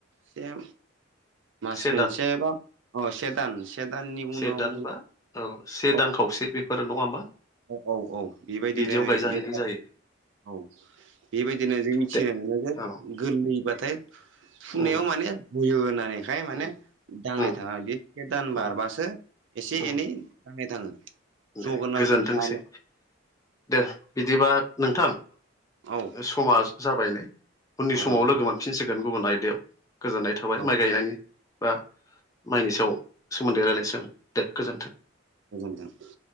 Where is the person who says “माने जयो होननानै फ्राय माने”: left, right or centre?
Right